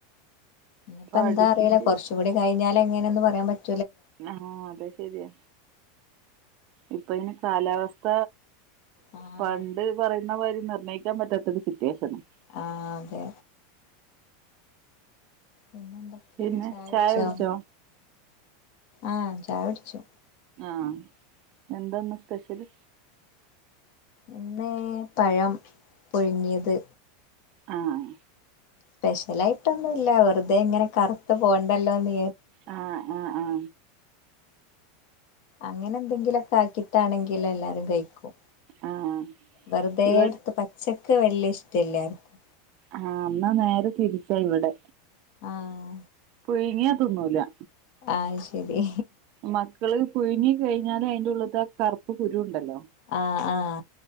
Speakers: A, on the left (about 45°); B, on the right (about 40°).
A: ഇനിയിപ്പ
B: ഇപ്പൊ
A: എന്താ
B: അടുപ്പിച്ച്
A: അറിയില്ലേ കുറച്ച കൂടി കഴിഞ്ഞാല എങ്ങനെയന്ന് പറയാൻ പറ്റു
B: ആഹ അതെ ശരിയാ ഇപ്പൊ ഇങ്ങനെ കാലാവസ്ഥ
A: ആഹ്
B: പണ്ട് പറയുന്ന വാര്യം നിർണയിക്കാൻ പറ്റാത്തരു സിറ്റുവേഷനും
A: ആ തെ പിന്നെ എന്തൊക്കെയാണ്
B: പിന്നെ
A: ചായുടിച്ചോ
B: ചായ കുടിച്ചോ?
A: ആഹ ചായുടിച്ചു
B: ആഹ എന്താന്ന് സ്പെഷ്യല്
A: ഇന്ന് പഴം പുഴുങ്ങിയത്
B: ആഹ
A: സ്പെഷ്യലായിട്ടൊന്നുല്ല വെറുതെ ഇങ്ങനെ കറുതു പോകണ്ടല്ലോന്ന്
B: ആഹ ആഹ ആഹ
A: അങ്ങനെ എന്തെങ്കിലൊക്കെ ആക്കിട്ടാണെങ്കിൽ എല്ലാരും കഴിക്കും
B: ആഹ്
A: വെറുതെടുത്ത്
B: ഇവ
A: പച്ചക്ക വല്ല ഇഷ്ടല്ലാ ർക്കും
B: ആഹ ന്നാ നേരെ തിരിച്ചാ ഇവിടെ
A: ആഹ
B: പുയ്ങ്ങിയാതിന്നൂല
A: ആഹ് ശരി
B: മക്കള് പുഴുങ്ങി കഴിഞ്ഞാലും അയിന്റെ ഉള്ളത് ആ കറുപ്പ് കുരു ഉണ്ടല്ലോ
A: ആഹ ആഹ